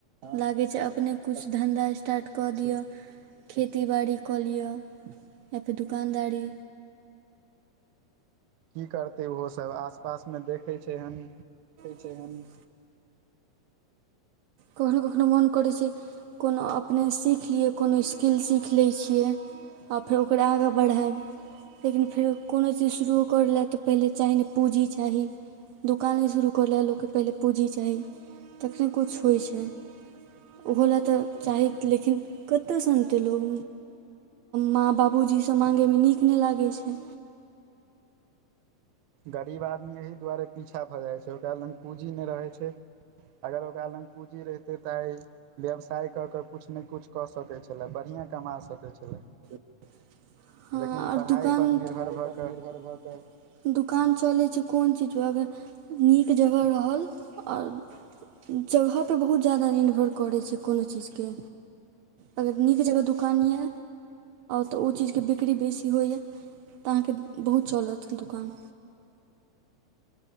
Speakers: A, on the right; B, on the right.
A: लागैत छै। अपने किछु धन्धा स्टार्ट कऽ दिअ खेती बाड़ी कऽ लिअ या फेर दोकानदारी।
B: की करतै ओहोसभ आसपासमे देखै छै। एहन
A: चन कखनो कखनो मन करै छै। कोनो अपने सीख लियै। कोनो स्किल सीख लै छियै। आ फेर ओकर आगाँ बढ़ब। लेकिन फेर कोनो चीज शुरू कर लए तऽ पहिले चाही ने पूँजी चाही। दोकाने शुरू कऽ ल लोककेँ पहिले पूँजी चाही तखने कुछ होइ छै। ओहो लए तऽ चाही। लेकिन कतयसँ अनतै लोक माँ बाबूजीसँ माँगैमे नीक नहि लागैत छै।
B: गरीब आदमी एहि दुआरे पीछा भऽ जाइ छै। ओकरा लग पूँजी नहि रहै छै। अगर ओकरा लग पूंजी रहते ता व्यवसाय क के कुछ ने कुछ कऽ सकैत छै। छलै बढ़िआँ कमा सकै छलै।
A: <inaudible> ह
B: लेकिन
A: आओर
B: पढ़ाइपर
A: दुकाना
B: निर्भर भऽ
A: निभर
B: कऽ
A: भ दुकान चले छै। कोन चीजमे अगर नीक जगह रहल। आओर जगहपर बहुत ज्यादा निर्भर करै छै। कोनो चीजके अगर नीक जगह दुकान ये तऽ ओ चीज के बिक बिक्री बेसी होइए तऽ अहाँके बहुत चलत दोकान।